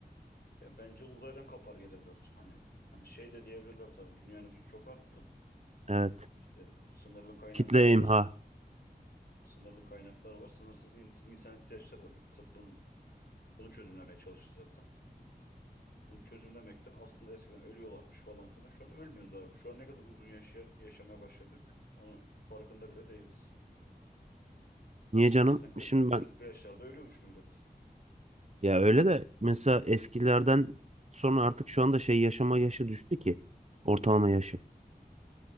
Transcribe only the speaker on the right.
Evet.
Kitle
imha.
Niye
canım?
Şimdi ben
ya öyle de mesela eskilerden sonra artık şu anda şey yaşama yaşı düştü ki ortalama yaşı.